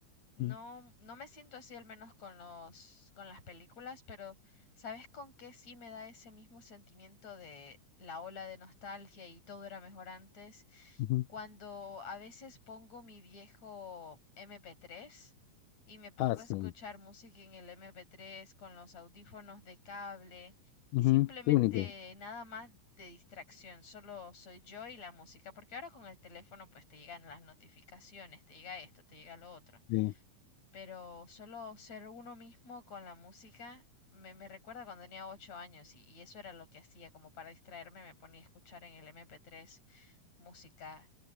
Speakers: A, on the left; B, on the left.
A: No,
B: Mm,
A: no me siento así al menos con los, con las películas, pero ¿sabes con qué sí me da ese mismo sentimiento de la ola de nostalgia y todo era mejor antes?
B: ujú.
A: Cuando a veces pongo mi viejo mp tres y me pongo
B: Ah, sí.
A: a escuchar música en el mp tres con los audífonos de cable y
B: Ujú,
A: simplemente
B: Qué bonito.
A: nada más de distracción, solo soy yo y la música, porque ahora con el teléfono pues te llegan las notificaciones, te llega esto, te llega lo otro
B: Sí,
A: pero solo ser uno mismo con la música me, me recuerda cuando tenía ocho años y, y eso era lo que hacía, como para distraerme me ponía a escuchar en el MP3 música